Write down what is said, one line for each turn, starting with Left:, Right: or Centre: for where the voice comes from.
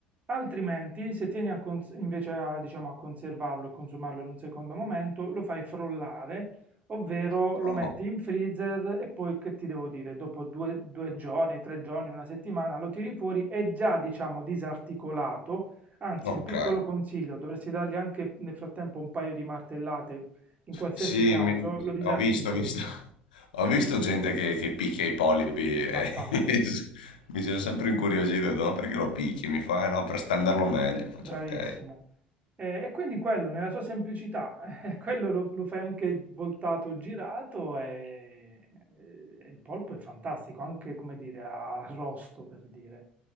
Right: Altrimenti, se tieni a cons- invece a, diciamo, a conservarlo e consumarlo in un secondo momento, lo fai frollare, ovvero
Left: oh,
Right: lo metti in freezer e poi che ti devo dire, dopo due, due giorni, tre giorni, una settimana lo tiri fuori, è già, diciamo, disarticolato. Anzi,
Left: ok.
Right: un piccolo consiglio, dovresti dargli anche nel frattempo un paio di martellate, in qualsiasi
Left: Sì,
Right: caso
Left: mi-
Right: lo disarticoli,
Left: ho visto, ho visto, <laughs> ho visto gente che, che picchia i polipi e
Right: va fatto.
Left: <laughs> mi sono sempre incuriosito, ho detto, ma perché lo picchi? Mi fa, "Eh no, per stenderlo meglio. Faccio,
Right: Bravissimo.
Left: ok,
Right: Ehm, e quindi quello nella sua semplicità, <laughs> eh, quello lo lo fai anche voltato, girato e e e il polpo è fantastico, anche come dire a arrosto per dire.